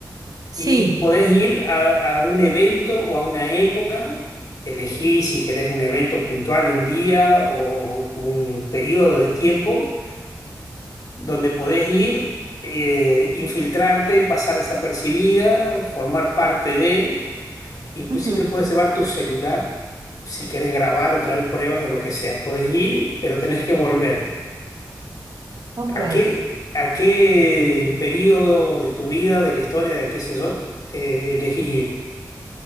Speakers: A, on the right (about 60°); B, on the left (about 60°).
A: Sí,
B: y podés ir a, a un evento o a una época, elegí si querés un evento puntual de un día o un periodo de tiempo donde podés ir, eh, infiltrarte, pasar desapercibida, formar parte de, inclusive
A: Ujú,
B: puedes llevar tu celular si querés grabar o traer pruebas de lo que sea. Podés ir, pero tenés que volver.
A: Ok.
B: ¿A qué, a qué periodo de tu vida, de la historia, de qué sé yo, te elegís ir?